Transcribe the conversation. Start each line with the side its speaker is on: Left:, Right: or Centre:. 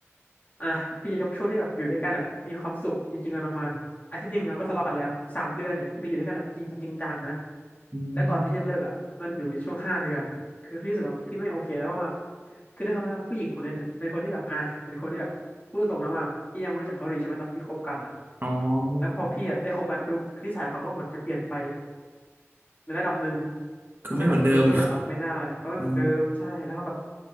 Left: อ่ะพี่จะยกช่วงที่แบบอยู่ด้วยกันแบบมีความสุขจริงๆอะประมาณอาทิตย์หนึ่งเราก็ทะเลาะกันแล้วสามเดือนเนี่ยคืออยู่ด้วยกันแบบจริงๆจังๆนะ
Right: อืม
Left: แล้วก่อนที่จะเลิกอ่ะมันอยู่ในช่วงห้าเดือนคือพี่รู้สึกว่าพี่ไม่โอเคแล้วเพราะว่าคือด้วยความที่ว่าผู้หญิงคนเนี้ยเนี่ยเป็นคนที่แบบอ่ะเป็นคนที่แบบพูดตรงๆนะว่าพี่ยังไม่รู้จักเขาดีใช่ไหมตอนที่คบกันอ่ะ
Right: อ๋อ
Left: แล้วพอพี่อะได้คบกันปุ๊บนิสัยเขาก็เหมือนจะเปลี่ยนไป ในระดับหนึ่ง
Right: คือไม่เหมือนเดิม
Left: ทำให้แบบเออพี่อะรับไม่ได้เขาเป็นเหมือนเดิมใช่แล้วเขาแบบ
Right: อ๋อ